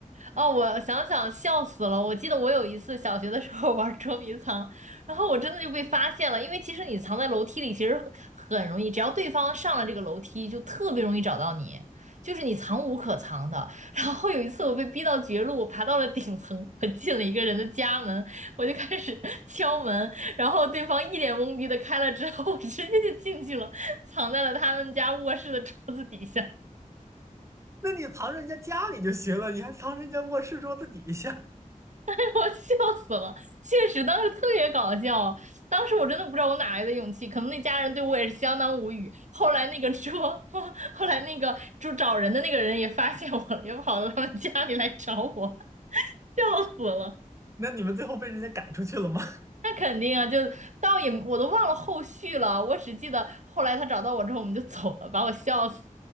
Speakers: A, on the right; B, on the right.
A: 哦，我想想笑死了。我记得我有一次小学的时候 <laughs> 玩捉迷藏，然后我真的就被发现了。因为其实你藏在楼梯里，其实很很容易，只要对方上了这个楼梯，就特别容易找到你，就是你藏无可藏的。然后有一次我被逼到绝路，我爬到了顶层，我进了一个人的家门，我就开始 <laughs> 敲门，然后对方一脸懵逼的开了之后，我直接就进去了，藏在了他们家卧室的桌子底下。
B: 那你藏人家家里就行了，你还藏人家卧室桌子底下，
A: <laughs> 我笑死了，确实当时特别搞笑，当时我真的不知道我哪来的勇气，可能那家人对我也是相当无语。后来那个说，<laughs> 后来那个就找人的那个人也发现我了，也跑到他们家里来找我，<laughs> 笑死了。
B: 那你们最后被人家赶出去了吗？
A: 那肯定啊，就倒也我都忘了后续了，我只记得后来他找到我之后我们就走了，把我笑死。